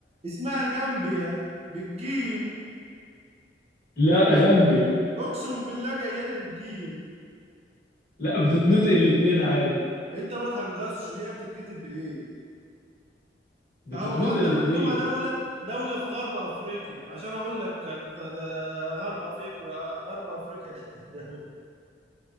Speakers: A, on the right; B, on the left.
A: اسمها جامبيا بالجيم
B: لا غامبيا
A: اقسم بالله جايه لي بالجيم
B: لا بتتنطق الاتنين عادي
A: انت ما تهجصش هي بتتكتب ايه
B: بتتنطق
A: اهو حتى
B: الاتنين
A: مكتوبة دولة دولة في غرب افريقيا عشان اقول لك كانت ده غرب افريقيا غرب افريقيا <laughs> ده دولة